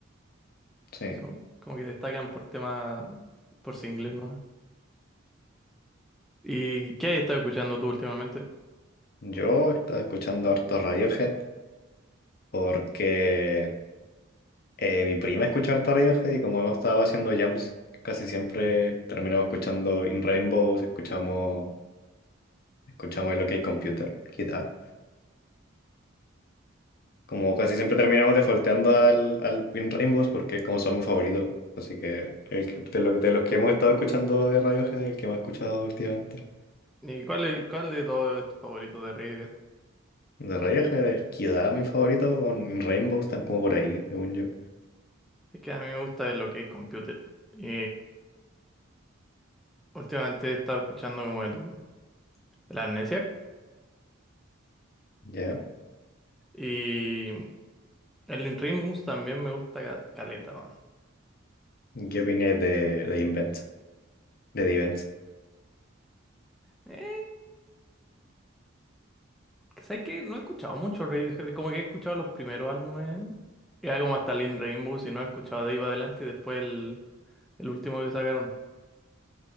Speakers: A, on the left; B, in the centre.
A: Sí,
B: Sí, son como que destacan por temas, por singles, ¿no? ¿Y qué has estado escuchando tú últimamente?
A: yo estaba escuchando harto Radiohead porque Eh, mi prima escucha harto Radiohead y como hemos estado haciendo jams, casi siempre terminamos escuchando In Rainbows, escuchamos, escuchamos el OK Computer, Kid A. Como casi siempre terminamos defaulteando al, al In Rainbows porque es como son mis favorito Así que, el que- de, lo- de los que hemos estado escuchando de Radiohead, el que más he escuchado últimamente.
B: ¿Y cuál, es- cuál de todos es tu favorito de Radiohead?
A: De Radiohead, el Kid A, mi favorito, con In Rainbows, están como por ahí, según yo.
B: Es que a mí me gusta lo que es Computer. Y últimamente he estado escuchando como el, el Amnesiac.
A: ¿Ya?
B: Y el In Rainbows también me gusta ca- caleta,
A: ¿Qué opinas de, de Invent? De The Events.
B: weón. ¿Sabes que No he escuchado mucho Radiohead, como que he escuchado los primeros álbumes, y algo más Talin Rainbow, si no he escuchado de ahí para adelante, y después el, el último que sacaron.